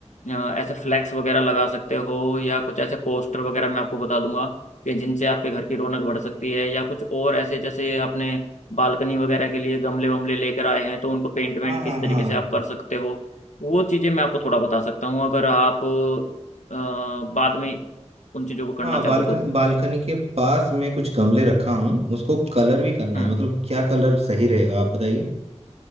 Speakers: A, on the left; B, on the right.
A: ऐसे फ्लैक्स वगैरह लगा सकते हो या कुछ ऐसे पोस्टर वगैरह मैं आपको बता दूंगा कि जिनसे आपके घर की रौनक बढ़ सकती है या कुछ और ऐसे जैसे आपने बालकनी वगैरह के लिए गमले वमले लेकर आए हैं तो उनको पेंट वेंट
B: हाँ हाँ
A: किस
B: हाँ
A: तरीके से आप कर सकते हो वो चीज़ें मैं आपको थोड़ा बता सकता हूँ अगर आप अ, बाद में उन चीज़ों को करना
B: हाँ
A: चाहो
B: बालकन
A: तो
B: बालकनी के पास मैं कुछ गमले रखा हूँ उसको कलर भी करना
A: हम्म
B: है मतलब क्या कलर सही रहेगा आप बताइए